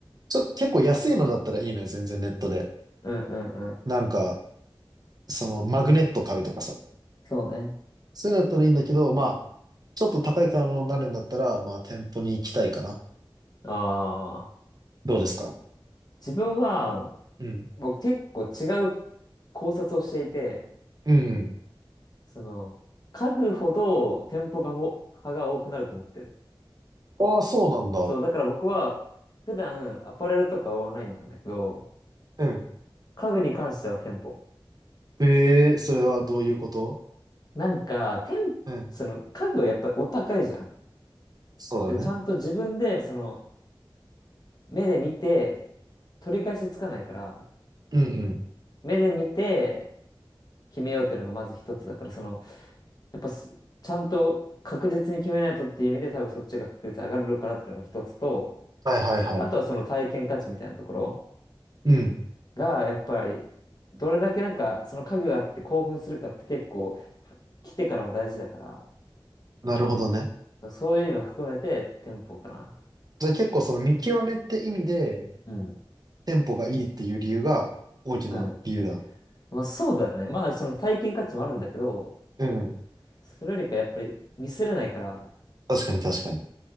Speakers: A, on the right (about 45°); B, on the left (about 50°).
A: ちょ、結構安いのだったらいいのよ、全然ネットで。
B: うん、うん、うん。
A: なんか、そのマグネット買うとかさ。
B: そうね。
A: そういうのだったらいいんだけど、まあ、ちょっと高い買い物になるんだったら、まあ、店舗に行きたいかな。
B: ああ、
A: どうですか
B: 自分は、
A: うん。
B: 僕結構違う考察をしていて、
A: うん。
B: その、家具ほど店舗がほ、派が多くなると思ってる。
A: ああ、そうなんだ。
B: そう、だから僕は、普段アパレルとかはオンラインなんだけど、
A: うん。
B: 家具に関しては店舗。
A: ええ、それはどういうこと
B: なんか、店、
A: うん。
B: その家具はやっぱりお高いじゃん。
A: そうだね。
B: で、ちゃんと自分で、その、目で見て、取り返しつかないから、
A: うんうん。
B: 目で見て決めようっていうのがまず一つだから、その、やっぱす、ちゃんと確実に決めないとっていう意味で多分そっちが確率上がるのかなっていうのが一つと、
A: はいはいはい。
B: あとはその体験価値みたいなところ
A: うん。
B: が、やっぱり、どれだけなんかその家具があって興奮するかって結構、来てからも大事だか
A: なるほどね。
B: ら、そういうのを含めて店舗かな。
A: じゃあ結構その見極めって意味で、
B: うん。
A: テンポがいいっていう理由が大きな理由だ。
B: うん。まあそうだね。まあその体験価値もあるんだけど、
A: うんうん。
B: それよりかやっぱりミスれないから、
A: 確かに確かに。